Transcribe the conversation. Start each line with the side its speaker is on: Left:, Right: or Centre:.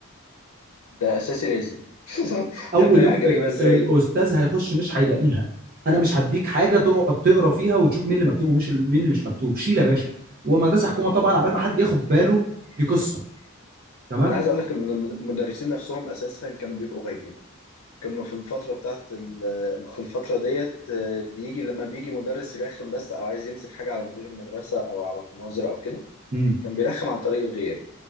Left: ده اساسي لازم <laughs>
Right: اول
Left: هتداري
Right: يوم
Left: على
Right: في...
Left: الجريمه ازاي
Right: الاستاذ هيخش مش هيلاقيها انا مش هديك حاجه تقعد تقرا فيها وتشوف مين اللي مكتوب ومش مين اللي مش مكتوب شيل يا باشا ومدرسه حكومه طبعا عبال ما حد ياخد باله دي قصه تمام
Left: انا عايز اقول لك ان الم- المدرسين نفسهم اساسا كانوا بيبقوا غايبين كانوا في الفتره بتاعت ال... في الفتره ديت آه، بيجي لما بيجي مدرس يرخم بس او عايز يمسك حاجه على مدير المدرسه او على الناظر او كده
Right: امم
Left: كان بيرخم عن طريق الغياب